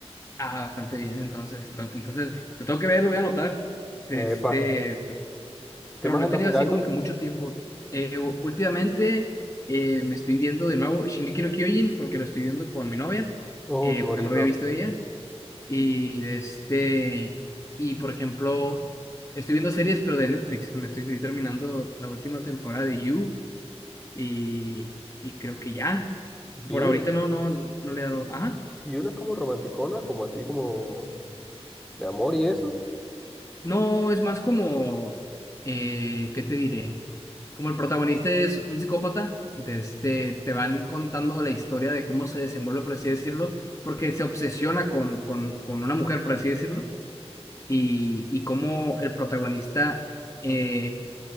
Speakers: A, on the left; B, in the centre.
A: Ah, bastante bien, entonces, to- entonces, lo tengo que ver, lo voy a anotar, este,
B: Epa, ¿qué
A: pero
B: más
A: no
B: andas
A: he tenido
B: mirando?
A: así como que mucho tiempo. Eh, u- últimamente eh, me estoy viendo de nuevo Shingeki no Kyojin, porque lo estoy viendo con mi novia,
B: Oh,
A: eh,
B: qué
A: porque
B: bonito.
A: no lo había visto ella, y de este, y por ejemplo, estoy viendo series, pero de Netflix, me estoy, estoy terminando la última temporada de You, y, y creo que ya,
B: You,
A: por ahorita no, no, no le he dado, ajá.
B: You no es como romanticona, como así como de amor y eso.
A: No, es más como, eh, ¿qué te diré? Como el protagonista es un psicópata, entonces te, te van contando la historia de cómo se desenvuelve, por así decirlo, porque se obsesiona con, con, con una mujer, por así decirlo, y, y cómo el protagonista eh,